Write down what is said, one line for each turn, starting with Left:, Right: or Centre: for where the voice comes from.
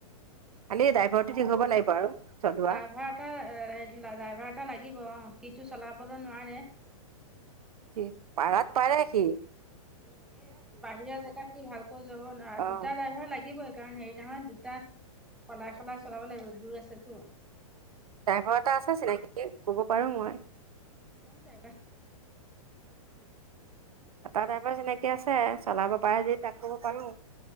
Right: খালি ড্ৰাইভাৰটো ঠিক হ'ব লাগিব আৰু। চলোৱা
Centre: ড্ৰাইভাৰ এটা ড্ৰাইভাৰ এটা লাগিব অ সিটো চলাবলৈ নোৱাৰে।
Right: কি পাৰাত পাৰে কি।
Centre: এ বাহিৰা জেগাত সি ভালকৈ যাব নোৱাৰ
Right: অঁ
Centre: দুটা ড্ৰাইভাৰ লাগিব। কাৰণ হেৰি নহয় দুটা সলাই সলাই চলাব লাগিব দূৰ আছেতো।
Right: ড্ৰাইভাৰ এটা আছে চিনাকি ক'ব পাৰো মই।
Centre: ম চাইব।
Right: এটা ড্ৰাইভাৰ চিনাকি আছে চলাব পাৰে যদি তাক কব পাৰো।